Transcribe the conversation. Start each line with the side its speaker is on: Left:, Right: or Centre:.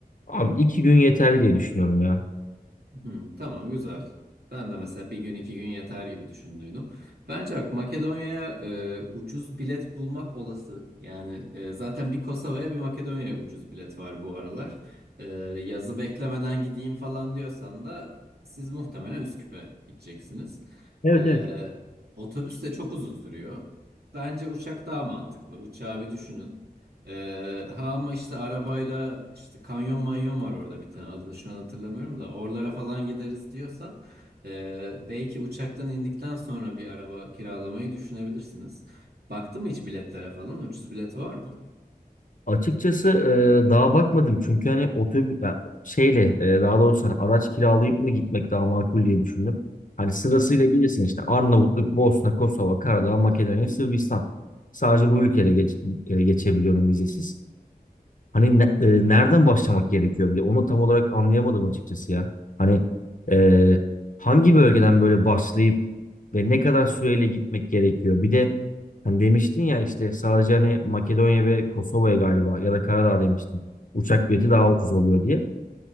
Left: Abi iki gün yeterli diye düşünüyorum ya.
Right: Hı, tamam güzel. Ben de mesela bir gün iki gün yeter gibi düşündüydüm. Bence bak Makedonya'ya e, ucuz bilet bulmak olası. Yani e, zaten bir Kosova'ya bir Makedonya'ya ucuz bilet var bu aralar. E, yazı beklemeden gideyim falan diyorsan da siz muhtemelen Üsküp'e gideceksiniz.
Left: Evet
Right: E,
Left: evet
Right: otobüs de çok uzun sürüyor. Bence uçak daha mantıklı. Uçağı bir düşünün. Ee, ha ama işte arabayla işte kanyon manyon var orada bir tane adını şu an hatırlamıyorum da oralara falan gideriz diyorsan ee, belki uçaktan indikten sonra bir araba kiralamayı düşünebilirsiniz. Baktın mı hiç biletlere falan? Ucuz bilet var mı?
Left: Açıkçası e, daha bakmadım çünkü hani otobüs yani şeyle e, daha doğrusu hani araç kiralayıp mı gitmek daha makul diye düşündüm. Hani sırasıyla
Right: Hı
Left: bilirsin işte Arnavutluk, Bosna, Kosova, Karadağ, Makedonya, Sırbistan. Sadece bu ülkelere geç- e, geçebiliyorum vizesiz. Hani ne- e, nereden başlamak gerekiyor bile? Onu tam olarak anlayamadım açıkçası ya. Hani e, hangi bölgeden böyle başlayıp ve ne kadar süreyle gitmek gerekiyor? Bir de hani demiştin ya işte sadece hani Makedonya ve Kosova'ya galiba ya da Karadağ demiştin. Uçak bileti
Right: hı.
Left: daha ucuz oluyor diye.